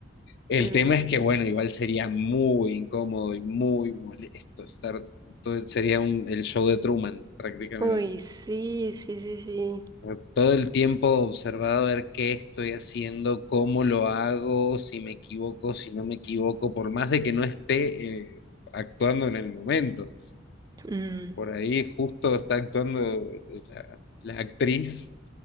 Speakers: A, on the left; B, on the right.
A: El
B: Mm.
A: tema es que, bueno, igual sería muy incómodo y muy molesto estar, todo, sería un, el show de Truman prácticamente.
B: Uy, sí, sí, sí, sí.
A: O sea, Todo el tiempo observado a ver qué estoy haciendo, cómo lo hago, si me equivoco, si no me equivoco, por más de que no esté eh, actuando en el momento.
B: Mm,
A: Por ahí justo está actuando eh, la la actriz